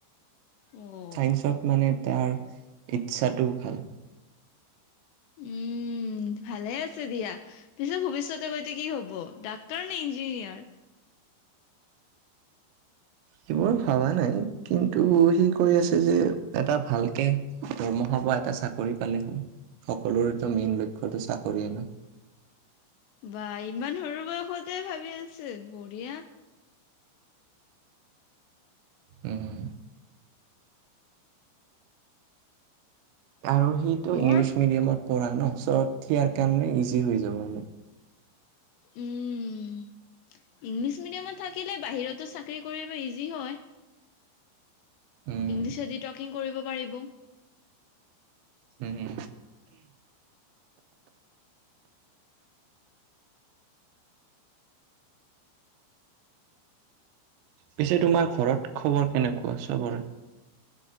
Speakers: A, on the left (about 85°); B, on the right (about 80°).
A: অ',
B: চাইন্সত মানে তাৰ ইচ্ছাটো ভাল।
A: উম। উম, ভালে আছে দিয়া। পিছত ভৱিষ্যতে গৈ কি হ'ব ডাক্তৰ নে ইঞ্জিনিয়াৰ?
B: সেইবোৰ ভাবা নাই কিন্তু সি কৈ আছে যে এটা ভালকে দৰমহা পোৱা এটা চাকৰি পালে হ'ল, সকলোৰো মেইন লক্ষ্যটো চাকৰিয়ে ন'।
A: বা ইমান সৰু বয়সতে ভাবি আছে, বঢ়িয়া।
B: উম। আৰু সিটো
A: মোৰ
B: ইংলিছ মিডিয়ামত পঢ়া ন' চ' সিয়াৰ কাৰণে ইজি হৈ যাব অলপ।
A: উম। ইংলিছ মিডিয়ামত থাকিলে বাহিৰতো চাকৰি কৰিব ইজি হয়।
B: উম
A: ইংলিছেদি টকিং কৰিব পাৰিব।
B: উম। পিছে তোমাৰ ঘৰত খবৰ কেনেকুৱা চবৰে?